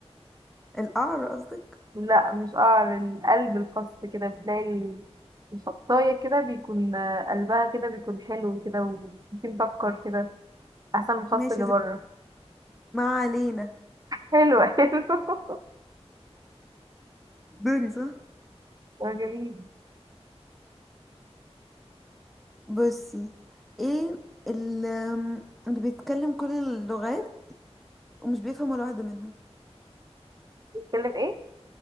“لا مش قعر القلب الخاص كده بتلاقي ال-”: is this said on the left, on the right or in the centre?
Right